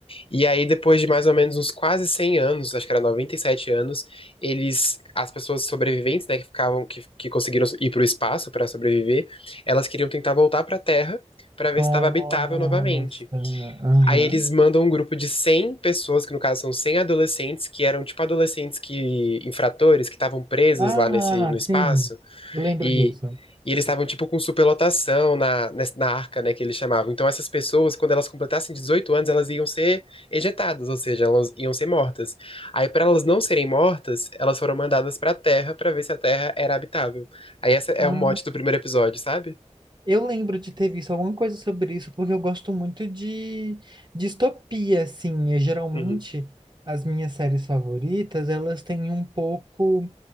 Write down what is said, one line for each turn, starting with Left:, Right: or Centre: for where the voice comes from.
Left: E aí, depois de mais ou menos uns quase 100 anos, acho que era 97 anos, eles, as pessoas sobreviventes, né, que ficavam, que, que conseguiram ir para o espaço para sobreviver, elas queriam tentar voltar para a Terra para ver
Right: Nossa,
Left: se estava habitável novamente.
Right: aham.
Left: Aí eles mandam um grupo de 100 pessoas, que no caso são 100 adolescentes, que eram tipo adolescentes que infratores, que estavam presos
Right: Ah,
Left: lá nesse no espaço
Right: sim, eu lembro
Left: e
Right: disso.
Left: e eles estavam tipo com superlotação na, nes- na arca, né, que eles chamavam. Então essas pessoas, quando elas completassem 18 anos, elas iam ser ejetadas, ou seja, elas iam ser mortas. Aí para elas não serem mortas, elas foram mandadas para a Terra para ver se a Terra era habitável. Aí essa é
Right: Ah,
Left: o mote do primeiro episódio, sabe?
Right: eu lembro de ter visto alguma coisa sobre isso, porque eu gosto muito de distopia, assim. E, geralmente,
Left: Uhum.
Right: as minhas séries favoritas, elas têm um pouco